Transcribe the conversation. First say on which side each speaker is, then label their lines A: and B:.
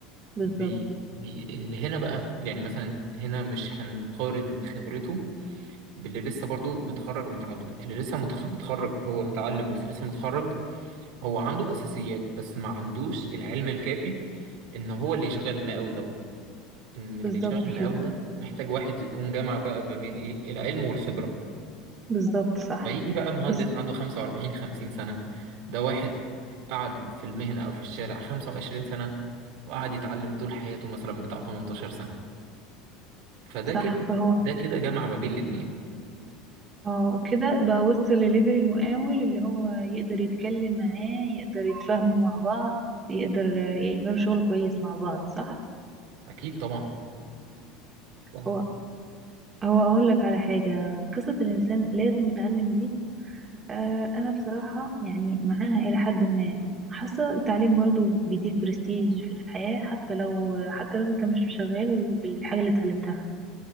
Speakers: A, on the right; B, on the right.
A: بالظبط
B: بي بي اللي هنا بقى يعني مثلا هنا مش هنقارن خبرته باللي لسه برضو متخرج متعلم اللي لسه متخ... متخرج هو متعلم بس لسه متخرج هو عنده أساسيات بس ما عندوش العلم الكافي إن هو اللي يشغل المقاول دوت إن اللي
A: بالظبط
B: يشغل المقاول
A: كده
B: ده محتاج واحد يكون جمع بقى ما بين إيه العلم والخبرة
A: بالظبط صح
B: فيجي بقى مهندس
A: بس
B: عنده 45 50 سنة ده واحد قعد في المهنة أو في الشارع 25 سنة وقعد يتعلم طول حياته مثلا بتاع 18 سنة فده
A: صح
B: كده
A: فهو
B: ده كده جمع ما بين الاتنين
A: اه كده بقى وصل لليفل المقاول اللي هو يقدر يتكلم معاه يقدر يتفاهموا مع بعض يقدر يعملوا شغل كويس مع بعض صح
B: أكيد طبعا ده
A: هو هو اقول لك على حاجة قصة الانسان لازم يتعلم دي آه، انا بصراحة يعني معاها الى حد ما حاسة التعليم برضو بيديك برستيج في الحياة حتى لو حتى لو انت مش شغال بالحاجة اللي اتعلمتها